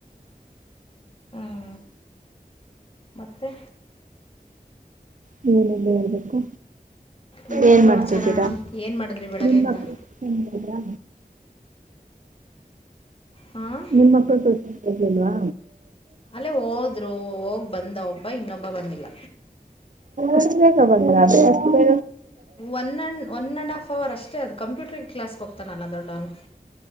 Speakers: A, on the left; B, on the right.
A: ಹ್ಞೂ ಮತ್ತೆ
B: ನೀಏನೆಲ್ಲ ಹೇಬೇಕು
A: ಇನ್ನೇನು
B: ಏನ್
A: ಸಮಾಚಾರ
B: ಮಾಡ್ತಿದ್ದೀರಾ
A: ಮೇಡಮ್ ಏನು ಮಾಡಿದ್ರಿ ಬೆಳಗ್ಗೆಯಿಂದ
B: ನಿನ್ ಮಕ್ಳುದ್ರಾ
A: ಹಾಂ
B: ನಿಮ್ಮಕ್ಕಳು ತೋಷಲ್ವಾ
A: ಅಲ್ಲೇ ಹೋದ್ರು ಹೋಗ್ ಬಂದ ಒಬ್ಬ ಇನ್ನೊಬ್ಬ ಬಂದಿಲ್ಲ
B: ಅಷ್ಟು ಬೇಗ ಬ ಅ ಅಷ್ಟು ಬೇ
A: one and one and half hour ಅಷ್ಟೇ ಅದು ಕಂಪ್ಯೂಟರಿ್ ಕ್ಲಾಸ್ಗೆೋಗ್ತಾನಲ್ಲ ದೊಡ್ಡವನು